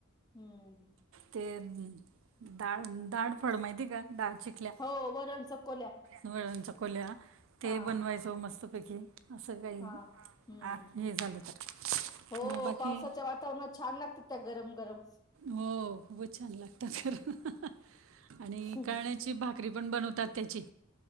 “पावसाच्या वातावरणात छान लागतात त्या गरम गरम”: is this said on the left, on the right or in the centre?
Left